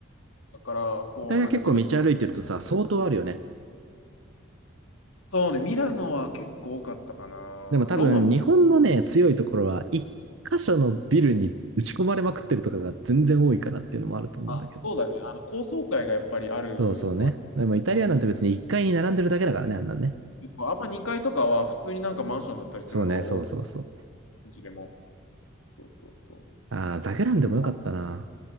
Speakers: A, on the left (about 80°); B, on the right (about 65°).
A: だから、こう、
B: イタリア結構道歩いてるとさ、
A: なんか自分の、
B: 相当あるよね。
A: そうね、ミラノは結構多かったかな。
B: でも多分日本のね、
A: ローマも、
B: 強いところは、一箇所のビルに打ち込まれまくってるとかが全然多いからっていうのもあると思うんだけど。
A: あ、そうだね。あの、高層階がやっぱりあるのは
B: そうそうね。でもイタリアなんて別に1階に並んでるだけだからね、
A: そうそ
B: あんなんね。
A: うそうあんま2階とかは普通になんかマンションだったりするのが多い、
B: そうね、そうそうそう。
A: うちでも。そうそうそ
B: ああ、ザグランでもよかったな。
A: う。